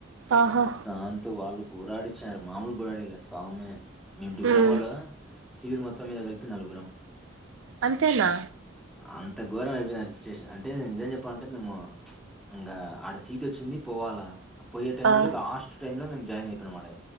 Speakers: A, on the right (about 85°); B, in the centre.
A: ఆహా
B: దాంతో వాళ్లు గుడడిచ్చారు, మాములు గుడాడిలే సామి. మేము డిప్లొమాలో
A: ఉమ్
B: సివిల్ మొత్తం మీద కలిపి నలుగురం.
A: అంతేనా
B: అంత ఘోరం అయిపోయింది ఆడ సిచ్యువేషన్, అంటే నేను నిజం చెప్పాలంటే మేము ఇంకా ఆడ సీట్ వచ్చింది పోవాలా. పోయే టైంలో
A: ఆ
B: లాస్ట్ టైమ్ లో మేమ్ జాన్ అయిపోయినా మటె